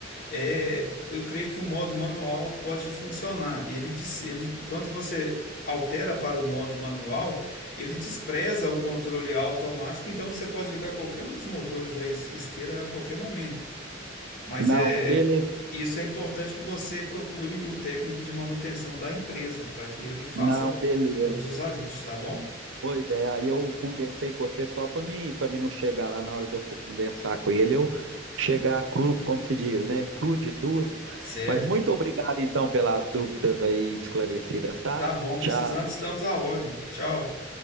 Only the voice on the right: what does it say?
Não,
beleza,
não, beleza.
Pois é, aí eu conversei com você só para mim, para mim não chegar lá na hora de eu for conversar com ele, eu chegar cru, como se diz, né? Cru de tudo.
Mas muito obrigado então pelas dúvidas aí esclarecidas, tá?
Tchau.